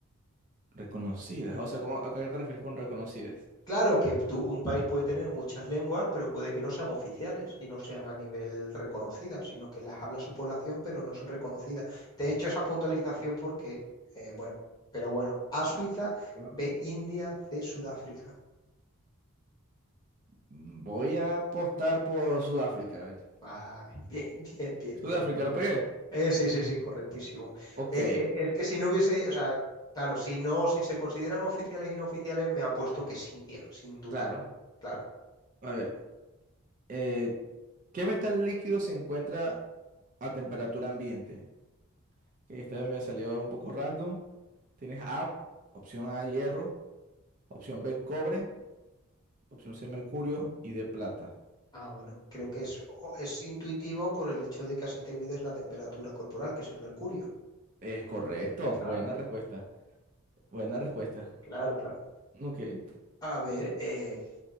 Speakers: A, on the right; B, on the left.
A: Reconocidas. O sea, ¿cómo, ¿a qué te refieres con reconocidas?
B: Claro que tú- un país puede tener muchas lenguas, pero puede que no sean oficiales y no sean a nivel reconocidas, sino que las habla su población, pero no son reconocidas. Te he hecho esa puntualización porque, eh, bueno, pero bueno, A Suiza,
A: Bueno,
B: B India, C Sudáfrica.
A: Mm, Voy a apostar por Sudáfrica. A ver.
B: Vale, <laughs> bien, bien, bien,
A: Sudáfrica,
B: bien, bien.
A: ¿lo pegué?
B: Eh, sí, sí, sí, correctísimo.
A: Ok,
B: Eh, eh, es que si no hubiese, o sea, claro, si no, si se consideran oficiales y no oficiales, me apuesto que es India, sin duda.
A: claro.
B: Claro.
A: A ver. eh, ¿qué metal líquido se encuentra a temperatura ambiente? Esta vez me salió un poco random. Tienes A, opción A, hierro, opción B, cobre, opción C, mercurio y D, plata.
B: Ah, bueno, creo que es, o- es intuitivo por el hecho de que así te mides la temperatura corporal, que es el mercurio.
A: Es correcto,
B: Claro.
A: buena respuesta, buena respuesta.
B: Claro, claro.
A: Ok. <sighs>
B: A ver, eh,